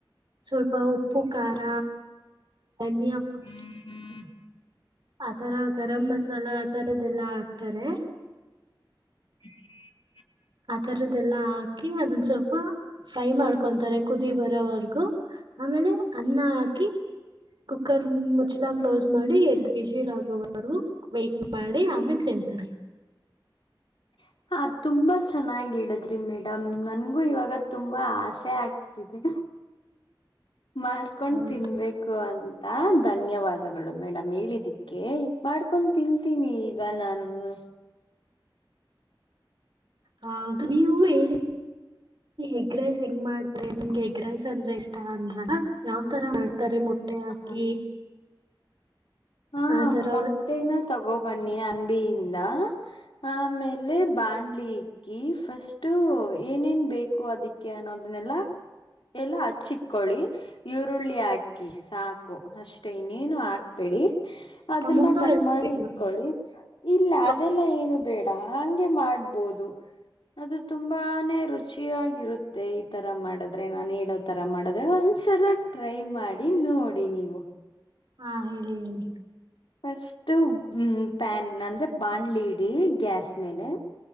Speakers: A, on the right; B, on the left.
A: ಸ್ವಲ್ಪ ಉಪ್ಪು ಖಾರ
B: <unintelligible>
A: ಧನಿಯಾ ಪುಡಿ ಆತರ ಗರಂಮಸಾಲ ಆತರದೆಲ್ಲಾ ಹಾಕ್ತಾರೆ.
B: <inaudible>
A: ಆತರದೆಲ್ಲ ಹಾಕಿ ಅದೊಂದು ಸ್ವಲ್ಪ, ಫ್ರೈ ಮಾಡ್ಕೊಂತಾರೆ. ಕುದಿ ಬರೋವರ್ಗೂ ಆಮೇಲೆ ಅನ್ನ ಹಾಕಿ ಕುಕ್ಕರ್ ಮುಚ್ಚುಳ ಕ್ಲೋಸ್ ಮಾಡಿ ಎರಡ್ ವಿಜಲ್ ಆಗೋವರು ವೈಟ್ ಮಾಡಿ ಆಮೇಲೆ ಇದು
B: <unintelligible> ಹಾ ತುಂಬಾ ಚೆನ್ನಾಗಿ ಇಡದ್ರಿ ಮೇಡಮ್ ನನ್ಗೂ ಇವಾಗ ತುಂಬಾ ಆಸೆ ಆಗ್ತಿದೆ. ಮಾಡ್ಕೊಂಡ್
A: ಹೌದು
B: ತಿನ್ಬೇಕು ಅ ಹಾ ಧನ್ಯವಾದಗಳು ಮೇಡಮ್ ಹೇಳಿದಿಕ್ಕೆ ಮಾಡ್ಕೊಂಡ್ ತಿಂತೀನಿ ಈಗ ನಾನು. <inaudible>
A: ಹೌದು ನೀವು ಹೇಳಿ, ಎಗ್ ರೈಸ್ ಹೆಂಗ್ ಮಾಡ್ತೀರಾ ನಿಮ್ಗೆ ಎಗ್ ರೈಸ್ ಅಂದ್ರೆ ಇಷ್ಟ ಅಂದ್ರಲ್ಲ ಯಾವು ತರ ಮಾಡ್ ಕರಿ ಮೊಟ್ಟೆ ಹಾಕಿ,
B: ಹ್ಮ ಹಾ
A: ಆ ತರ
B: ಮೊಟ್ಟೆನೂ ತಗೋಬನ್ನಿ ಅಂಗಡಿಯಿಂದ, ಆಮೇಲೆ ಬಾಣ್ಲಿಕ್ಕಿ ಫಸ್ಟ್ ಏನೇನ್ ಬೇಕು ಅದಕ್ಕೆ ಅನ್ನೋದು ನಿಲ್ಲಲ್ಲ ಎಲ್ಲ ಹಚ್ಚಿಇಕೊಳ್ಳಿ ಈರುಳ್ಳಿ ಹಾಕಿ ಸಾಕು ಅಷ್ಟೇ ಇನ್ನೇನು ಹಾಕ್ಬೇಡಿ. ಅದನ್ನ
A: ಟೊಮೊಟೊ
B: ಕಟ್
A: ಎಲ್ಲ
B: ಮಾಡಿ
A: ಬೇಡ್ವಾ?
B: ಇಕೊಳ್ಳಿ ಇಲ್ಲ
A: ಟೊ-
B: ಅದೆಲ್ಲ ಏನು ಬೇಡ ಂಗೆ ಮಾಡ್ಬೋದು ಅದು ತುಂಬಾನೇ ರುಚಿಯಾಗಿರುತ್ತೆ ಈ ತರ ಮಾಡದ್ರೆ ನಾನ್ ಹೇಳೋ ತರ ಮಾಡಿದ್ರೆ ಒಂದ್ಸಲ ಟ್ರೈ ಮಾಡಿ ನೋಡಿ ನೀವು
A: ಹಾ ಹೇಳಿ ಹೇಳಿ
B: ಫಸ್ಟ್ ಹ್ಮ ಪ್ಯಾನ್ ಅಂದ್ರೆ ಬಾಣ್ಲಿ ಇಡಿ ಗ್ಯಾಸ್ ಮೇಲೆ